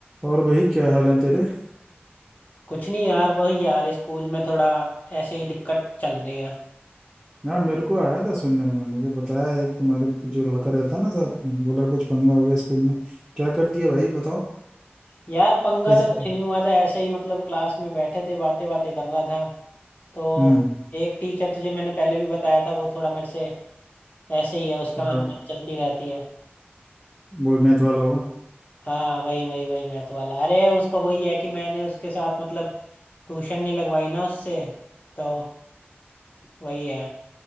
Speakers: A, in the centre; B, on the left.
A: और भाई क्या हाल है तेरे
B: कुछ नहीं यार वही यार स्कूल में थोड़ा ऐसे ही दिक्कत चल रही है
A: हाँ मेरे को आया था सुनने में मुझे बताया एक तुम्हारे जो लड़का रहता है ना साथ में बोला कुछ पंगा हो गया स्कूल में क्या कर दिया भाई बताओ
B: यार पंगा
A: ऐसे
B: तो कुछ नहीं हुआ था ऐसे ही मतलब क्लास में बैठे थे बातें बातें कर रहा था तो
A: हम्म
B: एक टीचर तुझे मैंने पहले भी बताया था वो थोड़ा मेरे से ऐसे ही है उसका
A: हाँ,
B: अनुमति चलती रहती है
A: वो मैथ वाला होगा
B: हाँ वही वही वही मैथ वाला अरे उसको वही है कि मैंने उसके साथ मतलब ट्यूशन नहीं लगवाई ना उससे तो वही है